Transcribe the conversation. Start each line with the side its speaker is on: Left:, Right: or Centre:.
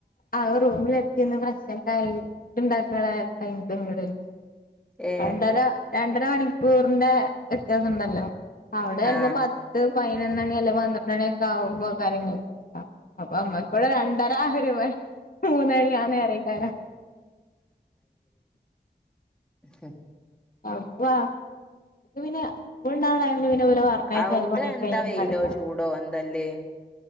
Left: ആ റൂമിൽ എത്തിന്ന് ഫ്രഷ് ഒക്കെ ആയി ഫുഡ് ഇണ്ടാക്ക്ണടൈമില് ഇങ്ങട്ട് വിളി ചും
Centre: ഏ
Left: രണ്ടര രണ്ട ഒന്നര മണിക്കൂറിന്റെ വ്യത്യാസം ഉണ്ടല്ലോ അവിടെ
Centre: ആ
Left: ചിലപ്പോ പത്ത് പയിനൊ പതിനെന്നണി അല്ല പന്ത്രണ്ട ണിയെക്കെ ആാവുമ്പോ കാര്യങ്ങൾ അപ്പൊ മ്മക്ക് ഇവിടെ രണ്ടര ഒരു മണി മൂന്നണി ആ നേരേക്കാരം
Centre: ശ
Left: ആ വ്വ പിന്നെ സ്കൂൾ ണ്ടാ യാലും ഇച്ച് പിന്നെ ഓല പറഞ്ഞേച്ചാലു
Centre: അവിടെ
Left: പണിയെക്കെ
Centre: എന്താ
Left: കഴിഞ്ഞ്ട്ട്
Centre: വെയിലോ
Left: കടക്കാം
Centre: ചൂടോ എന്തല്ലേ